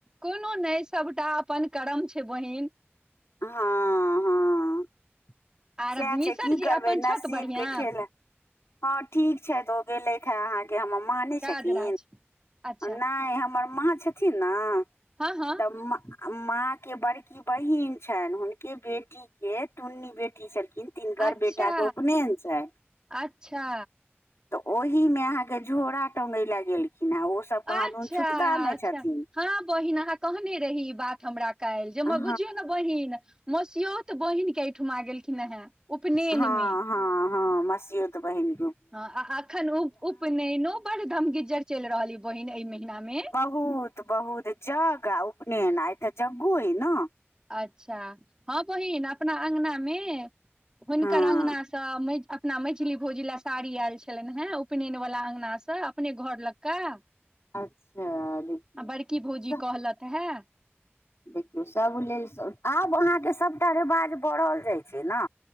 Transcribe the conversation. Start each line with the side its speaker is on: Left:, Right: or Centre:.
Right: कोनो नहि सभटा अपन कर्म छै बहिन
Left: हँ हँ
Right: आर
Left: सएह
Right: मिसर
Left: छै की
Right: जी
Left: करबै
Right: अपन
Left: नसीब
Right: छथि बढ़िआँ
Left: के खेला हँ ठीक छैथ ऽ ओ गेलैथ हे अहाँके हमर मा ने
Right: काज
Left: छथिन
Right: राज अच्छा
Left: नाय हमर माँ छथिन ने
Right: हँ हँ
Left: तऽ माँ के बड़की बहिन छैन‌ हुनके बेटी के टुन्नी बेटी छलखिन तिनकर
Right: अच्छा
Left: बेटा के उपनयन छैन
Right: अच्छा
Left: तऽ ओहिमे अहाँके झोरा टंगय लए गेलखिन हेँ ओसभ कहादोन
Right: अच्छा
Left: छुतकामे
Right: अच्छा
Left: छथिन
Right: हँ बहिन अहाँ कहने रही ई बात हमरा कैल जे हम
Left: हँ
Right: बुझियौ ने बहिन मस्योत बहिन के एहिठमा आ गेलखिन हेँ उपनयनमे
Left: हँ हँ हँ मसीऔत बहिने
Right: हँ आ एखन उ उपनयनो बड़ धमगिज्जर चलि रहल य बहिन एहि महिना मे
Left: बहुत बहुत जगह आ उपनयन आय तऽ जग्गो हइ ने
Right: अच्छा हँ बहिन अपना अंगना मे
Left: हँ
Right: हुनकर अंगना तऽ अपना मछली भौजी लए साड़ी आयल छलनि हेँ उपनयन वालला अंगनासँ अपने घर लऽ कऽ
Left: अच्छा देखियौ
Right: आ बड़ की भौजी
Left: सभ
Right: कहलतऽ हँ
Left: देखियौ सभ लेल आब अहाँके सभटा रेवाज बढ़ल जाइ छै ने